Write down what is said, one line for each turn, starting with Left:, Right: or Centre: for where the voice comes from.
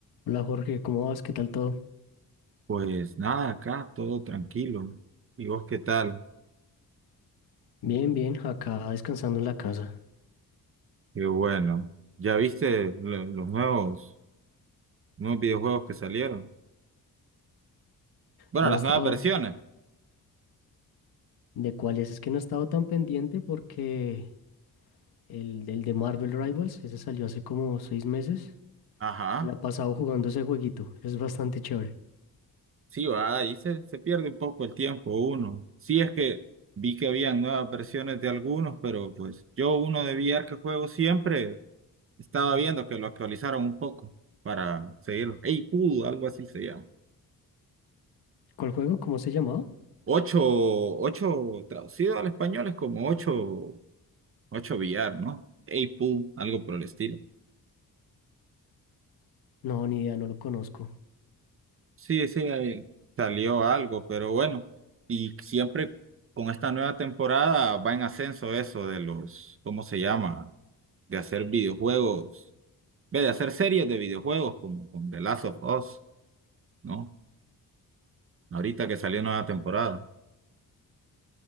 Left: Hola Jorge, ¿cómo vas? ¿Qué tal todo?
Right: Pues nada, acá todo tranquilo. ¿Y vos qué tal?
Left: Bien, bien, acá descansando en la casa.
Right: Qué bueno. ¿Ya viste lo- los nuevos, nuevos videojuegos que salieron? Bueno,
Left: No
Right: las
Left: he estado
Right: nuevas versiones.
Left: de cuáles, es que no he estado tan pendiente porque el, el de Marvel Rivals, ese salió hace como seis meses.
Right: Ajá.
Left: Me La he pasado jugando ese jueguito, es bastante chévere.
Right: Sí, va, ahí se, se pierde un poco el tiempo uno. Sí, es que vi que habían nuevas versiones de algunos, pero pues yo uno de VR que juego siempre estaba viendo que lo actualizaron un poco para seguirlo. Ey, pudo, algo así se llama.
Left: ¿Cuál juego? ¿Cómo se llamaba?
Right: Ocho, ocho traducido al español es como ocho. 8 billar, ¿no? 8 pool, algo por el estilo.
Left: No, ni idea, no lo conozco.
Right: Sí, sí, ahí salió algo, pero bueno, y siempre con esta nueva temporada va en ascenso eso de los, ¿cómo se llama? De hacer videojuegos, ve, de hacer series de videojuegos como con The Last of Us, ¿no? Ahorita que salió nueva temporada.